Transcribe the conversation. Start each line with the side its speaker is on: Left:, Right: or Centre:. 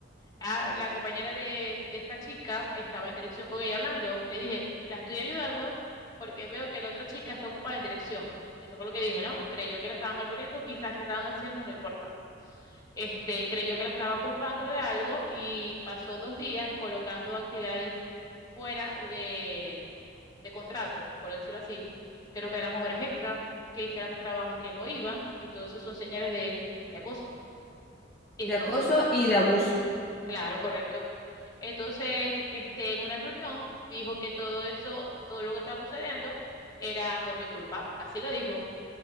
Left: Ah, la compañera de, de esta chica estaba en dirección con ella hablando, y le dije, la estoy ayudando porque veo que la otra chica está ocupada en dirección. Eso fue lo que dije, ¿no? Creyó que la estaban malponiendo, quizás que estaban haciendo, no importa. Este, creyó que la estaba culpando de algo y pasó dos días colocando actividades fuera de, de contrato, por decirlo así. Creo que éramos horas extra, que hiciéramos trabajos que no iban y todo eso son señales de, de acoso. Entonces,
Centre: De acoso y de abuso.
Left: claro, correcto. Entonces, este, en una reunión dijo que todo eso, todo lo que estaba sucediendo era por mi culpa, así lo dijo,